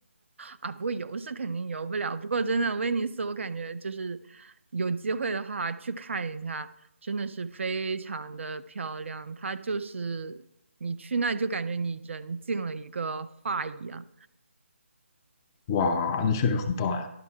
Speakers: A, on the right; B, on the left.
A: 啊，不过游是肯定游不了。不过真的威尼斯，我感觉就是有机会的话去看一下，真的是非常的漂亮。它就是你去那就感觉你人进了一个画一样。
B: 哇，那确实很棒呀！